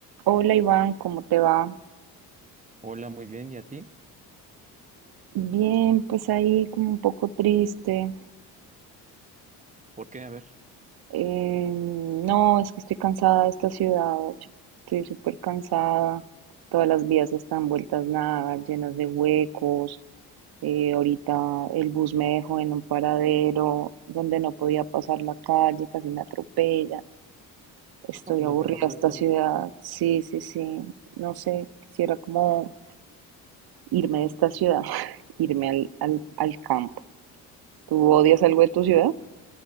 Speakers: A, on the right; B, on the right.
A: Hola Iván, ¿cómo te va?
B: Hola, muy bien. ¿Y a ti?
A: Bien, pues ahí como un poco triste.
B: ¿Por qué? A ver.
A: Eh, no, es que estoy cansada de esta ciudad, yo estoy súper cansada. Todas las vías están vueltas nada, llenas de huecos. Eh, ahorita el bus me dejó en un paradero donde no podía pasar la calle, casi me atropellan. Estoy
B: Uy, no
A: aburrida
B: te pasó
A: de esta
B: de todo.
A: ciudad. Sí, sí, sí. No sé, quisiera como irme de esta ciudad, <laughs> irme al, al al campo. ¿Tú odias algo de tu ciudad?